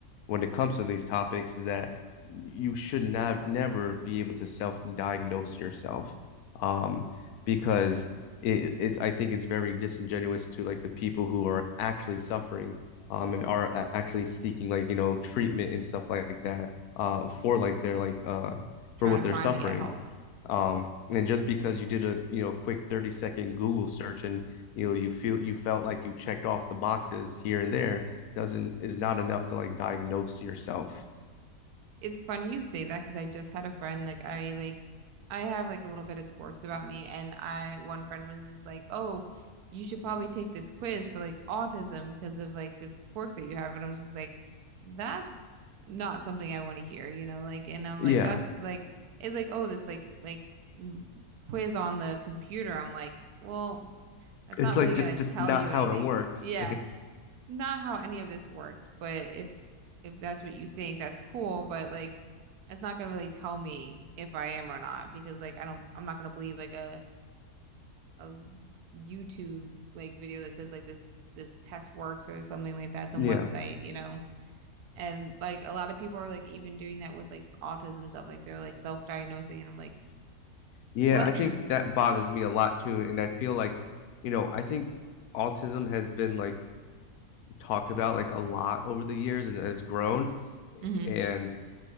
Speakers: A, on the left; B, on the right.
A: when it comes to these topics, is that you should not never be able to self-diagnose yourself, um, because it, it's I think it's very disingenuous to like the people who are actually suffering um and are actually seeking like you know treatment and stuff like that uh for like their like uh
B: trying
A: for what
B: to
A: they're
B: finally
A: suffering
B: get help.
A: um and just because you did a you know quick 30 second Google search and you know you feel you felt like you checked off the boxes here and there doesn't is not enough to like diagnose yourself
B: It's funny you say that because I just had a friend like I like I have like a little bit of quirks about me and I one friend was just like, "Oh, you should probably take this quiz for like autism because of like this quirk that you have." And I was just like, "That's not something I want to hear," you know, like and I'm
A: yeah
B: like that's like it's like, "Oh, this like like mm, quiz on the computer." I'm like, "Well, that's
A: it's
B: not really
A: like
B: gonna
A: just
B: tell
A: just not
B: you
A: how
B: anything."
A: it works
B: Yeah it's not how any of this works, but if if that's what you think, that's cool, but like it's not gonna really tell me if I am or not because like I don't I'm not gonna believe like a a YouTube like video that says like this this test works or something like that, some
A: <laughs>
B: website,
A: yeah
B: you know. And like a lot of people are like even doing that with like autism stuff, like they're like self-diagnosing and I'm like,
A: Yeah,
B: what?
A: I think
B: <laughs>
A: that bothers me a lot too. And I feel like, you know, I think autism has been like talked about like a lot over the years and has grown.
B: hmm
A: And